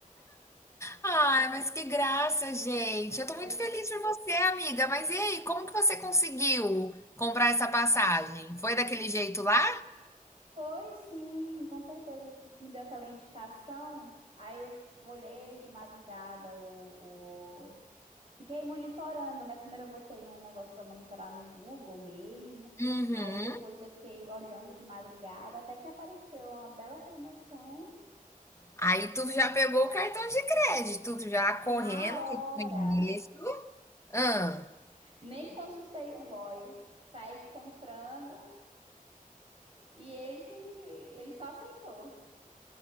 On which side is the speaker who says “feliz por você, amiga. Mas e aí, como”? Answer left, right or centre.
Left